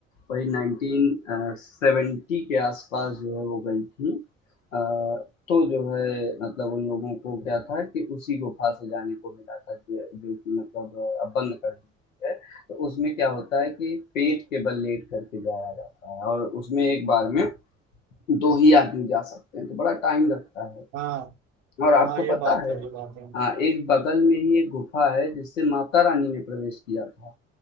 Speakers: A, on the left; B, on the right.
A: वही 1970 के आसपास जो है वो गई थी अ, तो जो है मतलब उन लोगों को क्या था कि उसी गुफ़ा से जाने को मिला था जो जो कि मतलब अ, अब बंद कर दी गई है तो उसमें क्या होता है कि पेट के बल लेट करके जाया जाता है और उसमें एक बार में दो ही आदमी जा सकते हैं तो बड़ा टाइम लगता है
B: हाँ
A: और आपको
B: हाँ
A: पता
B: ये बात
A: है
B: है ये बात है
A: हाँ एक बगल में ही एक गुफा है जिससे माता रानी ने प्रवेश किया था